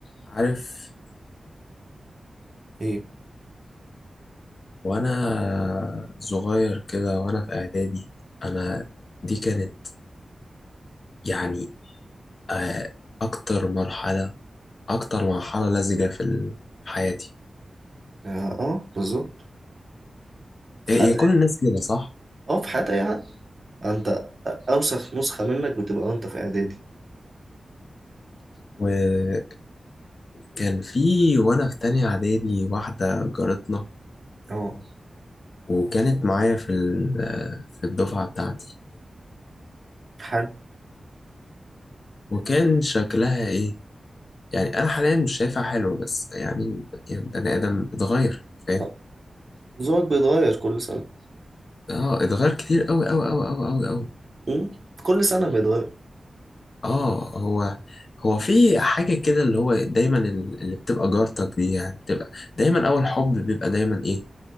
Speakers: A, on the left (about 50°); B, on the right (about 40°).
A: عارف
B: ايه
A: وانا صغير كده وانا في اعدادي انا دي كانت يعني آه، اكتر مرحلة اكتر مرحلة لزجة في ال- في حياتي
B: اه آه، بالظبط في
A: هي
B: حياة
A: كل الناس كده صح
B: اه في حياة اي حد انت اوسخ نسخة منك بتبقى وانت في اعدادي
A: وكان كان في وانا في تانية اعدادي واحدة جارتنا
B: اه
A: وكانت معايا في ال- آه، في الدفعة بتاعتي
B: حال
A: وكان شكلها ايه يعني انا حاليا مش شايفها حلوة بس يعني يعني بني ادم اتغير فاهم
B: آه، ذوقك بيتغير كل سنة
A: اه اتغير كتير قوي قوي قوي قوي قوي قوي
B: مم؟ كل سنة بيتغير
A: اه هو هو في حاجة كده اللي هو دايما ال- اللي بتبقى جارتك دي يعني بتبقى دايما أول حب بيبقى دايما إيه